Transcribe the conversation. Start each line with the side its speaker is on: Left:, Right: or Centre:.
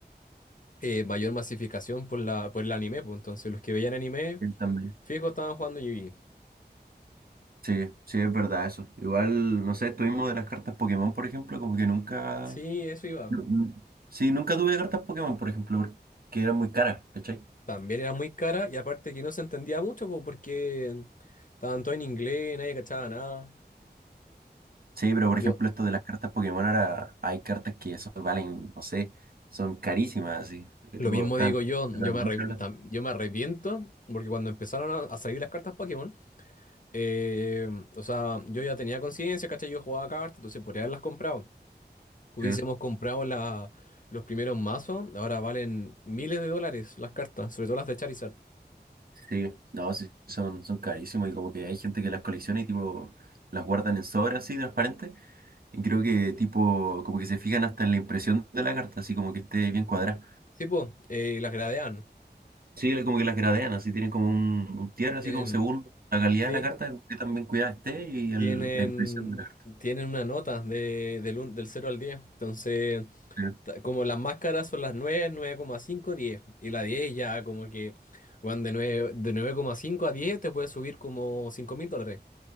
Left: eh, mayor masificación por la, por el anime, pues entonces los que veían anime,
Right: Sí, también.
Left: fijo, estaban jugando Yu-Gi.
Right: Sí, sí, es verdad eso. Igual, no sé, estuvimos de las cartas Pokémon, por ejemplo, como que nunca...
Left: Sí, eso iba.
Right: nu- nu- Sí, nunca tuve cartas Pokémon, por ejemplo, porque eran muy caras, ¿cachai?
Left: También era muy cara y aparte que no se entendía mucho po, porque estaban todos en inglés, nadie cachaba nada.
Right: Sí, pero
Left: Yo,
Right: por ejemplo, esto de las cartas Pokémon, ahora hay cartas que eso valen, no sé, son carísimas, así. Que
Left: lo
Right: tipo
Left: mismo
Right: están.
Left: digo yo,
Right: ganan
Left: yo me,
Right: mucha
Left: arre-
Right: plata.
Left: tam- yo me arrepiento porque cuando empezaron a, a salir las cartas Pokémon, eh, o sea, yo ya tenía conciencia, ¿cachai? Yo jugaba cartas, entonces podría haberlas comprado. Hubiésemos
Right: Sí,
Left: comprado la, los primeros mazos, ahora valen miles de dólares las cartas, sobre todo las de Charizard.
Right: sí. No, sí, son, son carísimas y como que hay gente que las colecciona y tipo las guardan en sobras así, transparentes. Y creo que tipo, como que se fijan hasta en la impresión de la carta, así como que esté bien cuadrada.
Left: Sí, pues, las gradean.
Right: Sí, le- como que las gradean, así tienen como un, un tierra, así
Left: Tienen,
Right: como según la calidad
Left: sí.
Right: de la carta, como que también cuidada esté y el-
Left: tienen,
Right: la impresión de la carta.
Left: tienen una nota de, del, un- del 0 al diez, Entonces,
Right: Sí.
Left: ta- como las máscaras son las nueve nueve coma cinco diez Y la 10 ya como que, bueno, de nueve de nueve coma cinco a 10 te puedes subir como cinco mil dólares.